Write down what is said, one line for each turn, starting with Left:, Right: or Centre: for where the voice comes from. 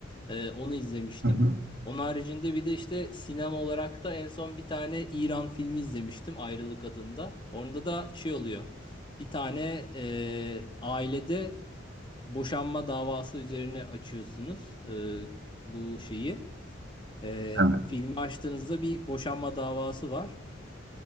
Left: Ee, onu izlemiştim.
Right: Hı hı.
Left: Onun haricinde bir de işte sinema olarak da en son bir tane İran filmi izlemiştim Ayrılık adında. Orada da şey oluyor. Bir tane e, ailede boşanma davası üzerine açıyorsunuz e, bu şeyi. E,
Right: Evet.
Left: filmi açtığınızda bir boşanma davası var.